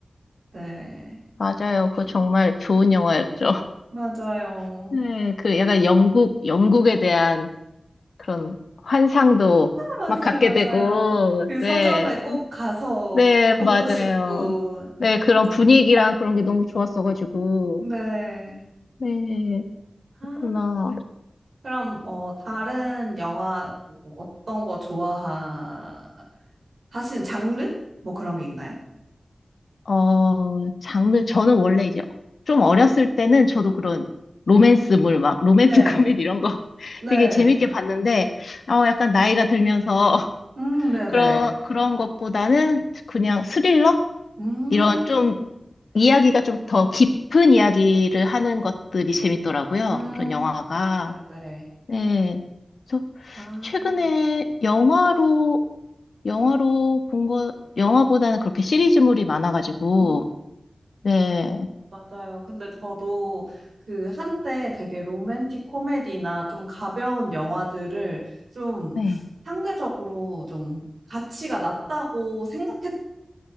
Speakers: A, on the right; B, on the left.
A: 네,
B: 맞아요. 그거 정말 좋은 영화였죠.
A: 맞아요.
B: <laughs> 네, 그 약간 영국, 영국에 대한 그런 환상도
A: 맞아요,
B: 막 갖게 되고,
A: 맞아요. 그
B: 네.
A: 서점에 꼭 가서
B: 네, 맞아요.
A: 보고 싶고,
B: 네, 그런
A: 맞아요.
B: 분위기랑 그런 게 너무 좋았어가지고.
A: 네.
B: 네,
A: 아,
B: 그렇구나.
A: 그럼 뭐 다른 영화 뭐 어떤 거 좋아하시는 장르? 뭐 그런 게 있나요?
B: 어, 장르, 저는 원래 이제 좀 어렸을 때는 저도 그런 로맨스물, 막 로맨틱
A: 네,
B: <laughs> 코미디 이런 거 <laughs>
A: 네.
B: 되게 재밌게 봤는데, 어, 약간 나이가 들면서 <laughs>
A: 음, 네,
B: 그런,
A: 네.
B: 그런 것보다는 그냥 스릴러?
A: 음,
B: 이런 좀 이야기가 좀 더 깊은 이야기를 하는 것들이 재밌더라고요.
A: 음,
B: 그런 영화가.
A: 네, 네.
B: 네. 그래서
A: 아,
B: 최근에 영화로, 영화로 본 거, 영화보다는 그렇게 시리즈물이 많아가지고,
A: 음.
B: 네.
A: 아, 맞아요. 근데 저도 그 한때 되게 로맨틱 코미디나 좀 가벼운 영화들을 좀
B: 네.
A: 상대적으로 좀 가치가 낮다고 생각했던